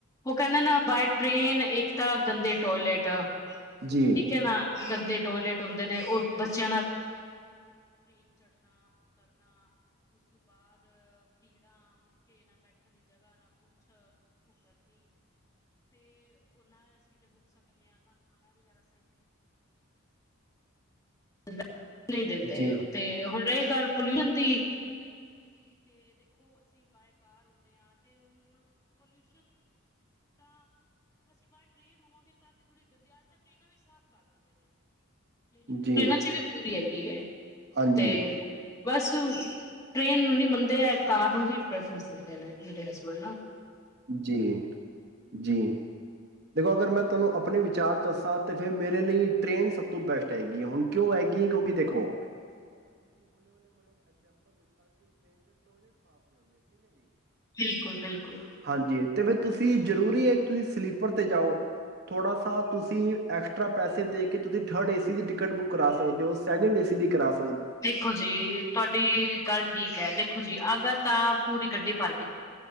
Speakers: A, on the left (about 15°); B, on the right (about 50°).
A: ਉਹ ਕਹਿੰਦੇ ਨਾ ਬਾਏ ਟ੍ਰੇਨ ਇੱਕ ਤਾਂ ਗੰਦੇ ਟੋਇਲਟ
B: ਜੀ
A: ਠੀਕ ਏ ਨਾ ਗੰਦੇ ਟੋਇਲੇਟ ਹੁੰਦੇ ਨੇ ਹੋਰ ਬਸ ਵਹ ਨਹੀਂ ਦਿੰਦੇ
B: ਜੀ
A: ਤੇ ਰਹੀ ਗੱਲ ਪੋਲਿਊਸ਼ਨ ਦੀ
B: ਜੀ
A: ਜਿਵੇਂ। ਪੂਰੀ ਹੈਗੀ ਏ
B: ਹਾਂਜੀ
A: ਤੇ ਬਸ ਟ੍ਰੇਨ ਨੂੰ ਨ ਮੰਨਦੇ ਹੈ ਕਾਰ ਨੂੰ ਹੀ ਬੈਸਟ ਮਨ ਦੇ ਮੇਰੇ ਹਸਬੈਂਡ ਨਾ
B: ਜੇ ਜੇ ਦੇਖੋ ਅਗਰ ਮੈਂ ਤੁਹਾਨੂੰ ਆਪਣੇ ਵਿਚਾਰ ਦੱਸਾਂ ਤੇ ਫਿਰ ਮੇਰੇ ਲਈ ਟ੍ਰੇਨ ਸਭ ਤੋਂ ਬੈਸਟ ਹੈਗੀ ਹੈ ਹੁਣ ਕਿਉਂ ਹੈਗੀ ਹੈ ਕਿਉਂਕਿ ਦੇਖੋ
A: ਬਿਲਕੁਲ ਬਿਲਕੁਲ
B: ਹਾਂਜੀ ਤੇ ਫਿਰ ਤੁਸੀਂ ਜ਼ਰੂਰੀ ਹੈ ਕਿ ਤੁਸੀਂ ਸਲੀਪਰ ਤੇ ਜਾਓ ਥੋੜਾ ਸ ਤੁਸੀਂ ਐਕਸਟਰਾ ਪੈਸੇ ਦੇ ਕੇ ਤੁਸੀਂ ਥਰਡ ਏਸੀ ਦੀ ਟਿਕਟ ਬੁੱਕ ਕਰਾ ਸਕਦੇ ਹੋ ਸੈਕਿੰਡ ਏ ਸੀ ਦੀ ਕਰਾ ਸਕ
A: ਦੇਖੋ ਜੀ ਤੁਹਾਡੀ ਗੱਲ ਠੀਕ ਹੈ ਦੇਖੋ ਜੀ ਅ ਗਲਤ ਅਫਾ